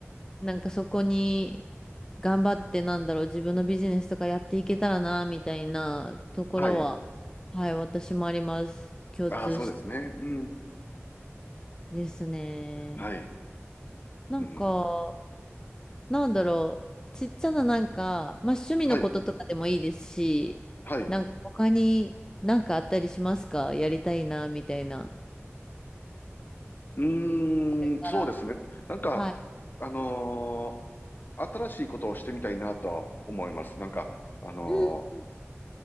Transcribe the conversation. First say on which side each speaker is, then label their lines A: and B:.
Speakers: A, on the left (about 15°); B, on the left (about 40°).
A: なんかそこに頑張ってなんだろう、自分のビジネスとかやっていけたらな、みたいなところは、
B: はい。
A: はい、私もあります。共通し
B: ああ、そうですね。うん。
A: ですね。
B: はい。
A: なんか、
B: うん。
A: なんだろう。ちっちゃななんか、まあ趣味のこととかでもいいですし、
B: はい。はい。
A: なんか他になんかあったりしますかやりたいな、みたいな。
B: うーん。
A: これから。
B: そうですね。なんか、
A: はい。
B: あのー新しいことをしてみたいなとは思います。なんか、あの
A: うん